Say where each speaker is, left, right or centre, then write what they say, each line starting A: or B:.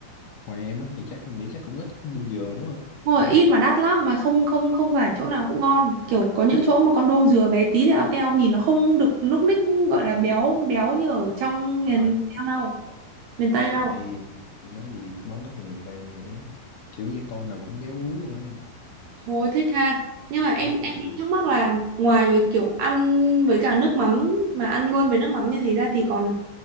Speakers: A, on the left; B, on the right.
A: ngoài em á thì chắc em nghĩ chắc cũng ít đu dừa mà đúng không
B: Rồi, ít mà đắt lắm mà không không không phải chỗ nào cũng ngon kiểu có những chỗ mà con đuông dừa bé tí thì ao teo nhìn nó không được núc ních gọi là béo béo như ở trong miền
A: à
B: Nam đâu miền Tây đâu
A: tại nói gì cái món đó thì miền Tây ấy mà. kiểu như con nào cũng béo ú luôn ấy
B: thôi thích ha nhưng mà em
A: đúng
B: em
A: rồi
B: bị thắc mắc là ngoài với kiểu ăn với cả nước mắm mà ăn luôn với nước mắm như thế ra thì còn